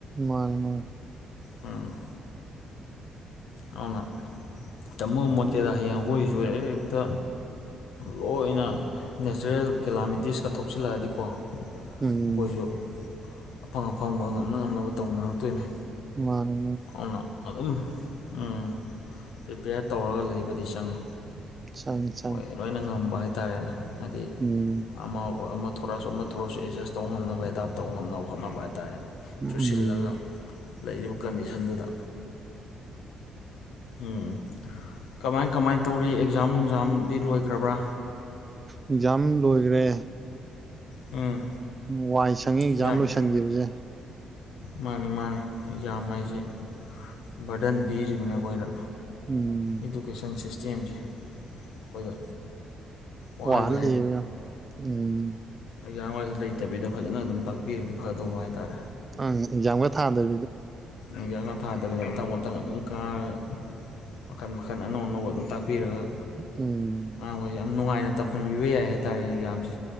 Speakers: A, on the right; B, on the left.
A: ꯃꯥꯅꯤ ꯃꯥꯅꯤ
B: ꯎꯝ ꯑꯗꯨꯅ ꯇꯝꯕ ꯉꯝꯃꯣꯠꯇꯦꯗ ꯍꯌꯦꯡ ꯑꯩꯈꯣꯏꯒꯤꯁꯨ ꯍꯦꯛꯇ ꯂꯣꯏꯅ ꯅꯦꯆꯔꯦꯜ ꯀꯦꯂꯥꯃꯤꯇꯤꯁꯀ ꯊꯣꯛꯆꯤꯜꯂꯛꯑꯗꯤꯀꯣ
A: ꯎꯝ
B: ꯑꯩꯈꯣꯏꯁꯨ ꯑꯐꯪ ꯑꯐꯪꯕ ꯉꯝꯅ ꯉꯝꯅꯕ ꯇꯧꯅꯔꯛꯇꯣꯏꯅꯤ
A: ꯃꯥꯅꯦ
B: ꯑꯗꯨꯅ ꯑꯗꯨꯝ ꯎꯝ ꯄ꯭ꯔꯤꯄꯦꯌꯔ ꯇꯧꯔꯒ ꯂꯩꯕꯗꯤ ꯆꯪꯏ
A: ꯆꯪꯉꯤ ꯆꯪꯉꯤ
B: ꯍꯣꯏ ꯂꯣꯏꯅ ꯉꯝꯕ ꯍꯥꯏꯇꯥꯔꯦꯅꯦ ꯍꯥꯏꯗꯤ
A: ꯎꯝ
B: ꯑꯃ ꯑꯃ ꯊꯣꯛꯣꯔꯛꯑꯁꯨ ꯑꯃ ꯊꯣꯔꯁꯨ ꯑꯦꯗꯖꯁ ꯇꯧꯕ ꯉꯝꯅꯕ ꯑꯦꯗꯥꯞ ꯇꯧꯕ ꯉꯝꯅꯕ ꯍꯣꯠꯅꯕ ꯍꯥꯏ ꯇꯥꯔꯦ
A: ꯎꯝ
B: ꯆꯨꯁꯤꯜꯂꯒ ꯂꯩꯔꯤꯕ ꯀꯟꯗꯤꯁꯟꯗꯨꯗ ꯎꯝ ꯀꯃꯥꯏ ꯀꯃꯥꯏꯅ ꯇꯧꯔꯤ ꯑꯦꯛꯖꯥꯝ ꯅꯨꯡ ꯑꯦꯛꯖꯥꯝꯗꯤ ꯂꯣꯏꯈ꯭ꯔꯕ꯭ꯔꯥ
A: ꯑꯦꯛꯖꯥꯝ ꯂꯣꯏꯈ꯭ꯔꯦ
B: ꯎꯝ
A: ꯎꯝ ꯋꯥꯏ ꯁꯪꯉꯤ ꯑꯦꯛꯖꯥꯝ
B: ꯌꯥꯝ
A: ꯂꯣꯏꯁꯤꯟꯈꯤꯕꯁꯦ
B: ꯃꯥꯅꯤ ꯃꯥꯅꯤ ꯑꯦꯛꯖꯥꯝ ꯍꯥꯏꯁꯤ ꯕꯔꯗꯟ ꯄꯤꯔꯤꯕꯅꯤ ꯑꯩꯈꯣꯏꯗ
A: ꯎꯝ
B: ꯏꯗꯨꯀꯦꯁꯟ ꯁꯤꯁꯇꯦꯝꯁꯦ ꯑꯩꯈꯣꯏꯗ ꯋꯥꯍꯜꯂꯦ
A: ꯋꯥꯍꯜꯜꯂꯤꯕ ꯌꯥꯝ ꯎꯝ
B: ꯍꯛꯖꯥꯝ ꯋꯥꯔꯁꯤ ꯂꯩꯇꯕꯤꯗ ꯐꯖꯅ ꯑꯗꯨꯝ ꯇꯥꯛꯄꯤꯔꯗꯤ ꯐꯗꯧꯕ ꯍꯥꯏꯇꯥꯔꯦ
A: ꯎꯝ ꯑꯦꯛꯖꯥꯝꯒ ꯊꯥꯗꯣꯏ
B: ꯑꯦꯛꯖꯥꯝꯒ ꯊꯥꯗꯕꯤꯗ ꯑꯦꯛꯖꯥꯝꯒ ꯊꯥꯗꯕꯤꯗ ꯃꯊꯪ ꯃꯊꯪ ꯑꯗꯨꯝ ꯀꯥꯔꯒ ꯃꯈꯟ ꯃꯈꯜ ꯑꯅꯧ ꯑꯅꯧꯕ ꯑꯗꯨꯝ ꯇꯥꯛꯄꯤꯔꯒ
A: ꯎꯝ
B: ꯑꯉꯥꯡꯃꯈꯣꯏꯁꯦ ꯌꯥꯝ ꯅꯨꯡꯉꯥꯏꯅ ꯇꯝ ꯈꯟꯕꯤꯕ ꯌꯥꯏ ꯍꯥꯏꯇꯥꯔꯦꯅꯦ ꯌꯥꯝꯁꯦ